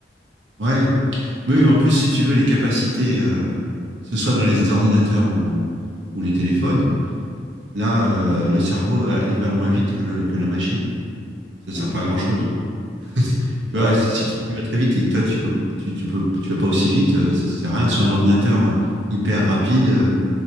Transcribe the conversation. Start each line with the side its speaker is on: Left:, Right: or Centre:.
Right: Ouais. Mais
Centre: Non.
Right: oui, en plus, si tu veux, les capacités, euh, que ce soit dans les ordinateurs ou, ou les téléphones, Là, euh, le cerveau, va- il va moins vite que, le- que la machine. Donc, ça ne sert
Centre: Mm.
Right: pas à grand-chose. <laughs> Tu
Centre: Ouais.
Right: vois, si si le truc il va très vite et que toi, tu peux, tu, tu peux, tu vas pas aussi vite, euh, ça sert à rien. Sur un ordinateur euh, hyper rapide, euh,